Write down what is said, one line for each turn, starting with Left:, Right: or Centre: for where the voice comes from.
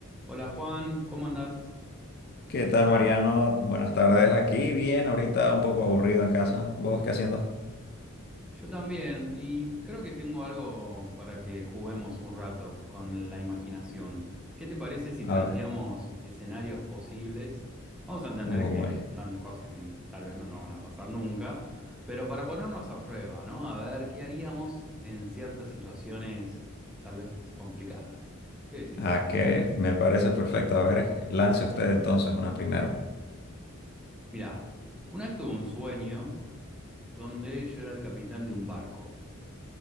Centre: Hola Juan, ¿cómo andás?
Left: ¿Qué tal, Mariano? Buenas tardes. Aquí bien, ahorita un poco aburrido en casa. ¿Vos qué haciendo?
Centre: Yo también, y creo que tengo algo para que juguemos un rato con la imaginación. ¿Qué te parece si
Left: A
Centre: planteamos
Left: ver.
Centre: escenarios posibles? Vamos a entender
Left: Uh,
Centre: que
Left: bueno.
Centre: no, han- cosas que tal vez no nos van a pasar nunca, pero para ponernos a prueba, ¿no? A ver qué haríamos en ciertas situaciones tal vez complicadas. ¿Qué decís?
Left: ¿A qué? Me parece perfecto. A ver, lance usted entonces una primero.
Centre: Mirá, una vez tuve un sueño donde yo era el capitán de un barco.